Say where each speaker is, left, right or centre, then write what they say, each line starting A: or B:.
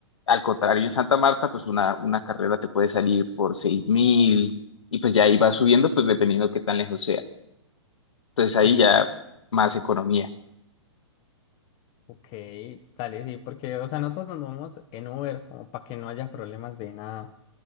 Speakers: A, on the left; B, on the left.
A: Al contrario, en Santa Marta, pues una, una carrera te puede salir por seis mil y pues ya ahí va subiendo, pues dependiendo qué tan lejos sea. Entonces ahí
B: Ok,
A: ya más economía.
B: ok. Dale, sí, porque, o sea, nosotros nos vamos en Uber como para que no haya problemas de nada